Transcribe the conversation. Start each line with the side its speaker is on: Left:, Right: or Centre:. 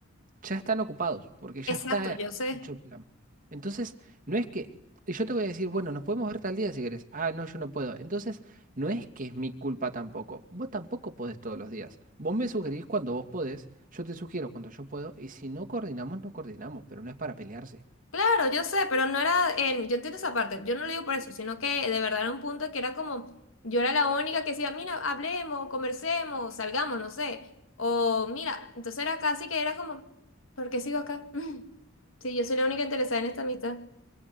Right: ya están ocupados, porque ya
Left: exacto,
Right: está
Left: yo sé.
Right: hecho el plan. Entonces, no es que y yo te voy a decir, bueno, nos podemos ver tal día si querés. Ah, no, yo no puedo. Entonces, no es que es mi culpa tampoco. Vos tampoco podés todos los días. Vos me sugerís cuando vos podés, yo te sugiero cuando yo puedo, y si no coordinamos, no coordinamos, pero no es para pelearse.
Left: Claro, yo sé, pero no era en, yo entiendo esa parte, yo no lo digo por eso, sino que de verdad era un punto que era como, yo era la única que decía, mira, hablemos, conversemos, salgamos, no sé, o mira, entonces era casi que era como, ¿por qué sigo acá? <laughs> Sí, yo soy la única interesada en esta amistad.